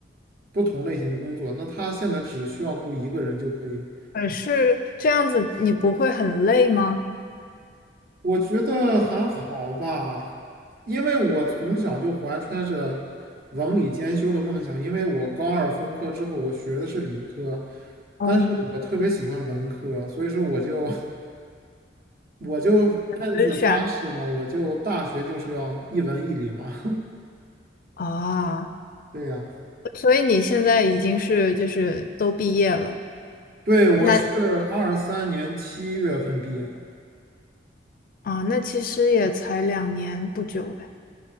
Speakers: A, on the right (about 55°); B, on the left (about 50°).
A: 不同类型的工作，那他现在只需要雇一个人就可以。
B: 而是这样子你不会很累吗？
A: 我觉得还好吧，因为我从小就怀揣着文理兼修的梦想。因为我高二分科之后，我学的是理科，
B: 哦，
A: 但是我特别喜欢文科，所以说我就 <laughs> 我就暗自发誓呢，
B: 就是选
A: 我就大学就是要一文一理嘛。<laughs>
B: 啊，
A: 对呀、
B: 所以你现在已经是就是都毕业了，
A: 对，我是二三年七月份毕业的，
B: 那啊，那其实也才两年不久哎。